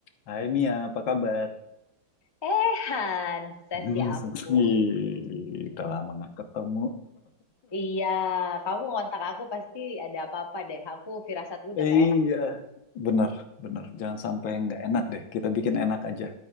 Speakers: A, on the left; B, on the left.
A: Hai Mia, apa kabar?
B: Eh, Hanses,
A: <laughs>
B: ya ampun.
A: Ih, Udah lama nggak ketemu.
B: Iya, kamu ngontak aku pasti ada apa-apa deh. Aku firasatku udah
A: Iya,
B: nggak enak.
A: bener, bener. Jangan sampai nggak enak deh. Kita bikin enak aja.